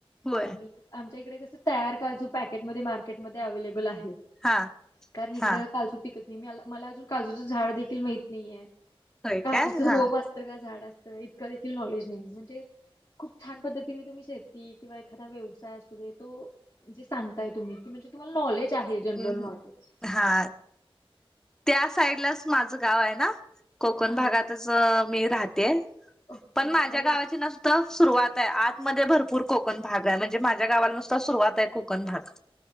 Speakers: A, in the centre; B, on the left.
A: होय
B: आणि आमच्या इकडे कस तयार काजू पॅकेट मध्ये मार्केटमध्ये अवैलेबल आहेत.
A: हा
B: कारण इकडं
A: हा
B: काजू पिकत नाही म- मला अजून काजूचं झाड देखील माहित नाहीया.
A: होय
B: काजूचं
A: काय हा
B: रोप असतं का झाड असतं इतकं देखील नॉलेज नाही, म्हणजे खूप छान पद्धतीने तुम्ही शेती किंवा एखादा व्यवसाय असुदे तो जे सांगताय तुम्ही की म्हणजे तुम्हाला नॉलेज आहे जनरल
A: हम्म.
B: नॉलेज.
A: हा त्या साईडलाच माझं गाव आहे ना कोकण
B: हा
A: भागातच मी राहते.
B: ओके
A: पण माझ्या
B: अरे
A: गावाची न सुरुवात आहे आतमध्ये भरपूर कोकण भाग आहे म्हणजे माझ्या गावाला नुसत सुरुवात आहे कोकण भाग.